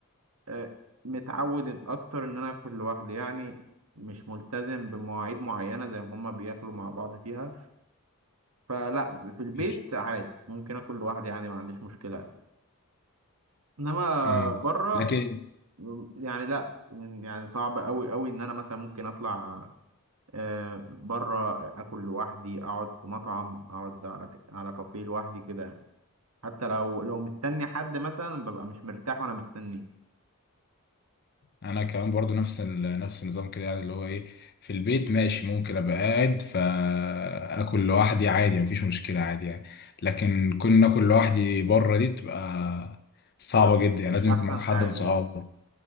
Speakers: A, on the right; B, on the left.
A: آه، متعود إن- اكتر ان انا اكل لوحدي يعني مش ملتزم بمواعيد معينه زي ما هما بياكلوا مع بعض فيها فلا في البيت
B: ماشي
A: عادي ممكن اكل لوحدي عادي ما عنديش مشكله انما
B: امم
A: بره
B: لكن
A: يعني لا من- يعني صعب قوي قوي ان انا مثلا ممكن اطلع آه، بره اكل لوحدي اقعد في مطعم اقعد على ك- على كافيه لوحدي كده يعني حتى لو لو مستني حد مثلا ببقى مش مرتاح وانا مستنيه
B: انا كمان برضو نفس ال- نفس النظام كده يعني اللي هو ايه في البيت ماشي ممكن ابقى قاعد فاكل لوحدي عادي مفيش مشكله عادي يعني لكن كون اكل لوحدي بره دي بتبقى صعبه
A: بيبقى
B: جدا
A: مش
B: يعني
A: مش
B: لازم
A: احسن
B: يكون معاك حد
A: حاجه
B: من صحابك
A: اه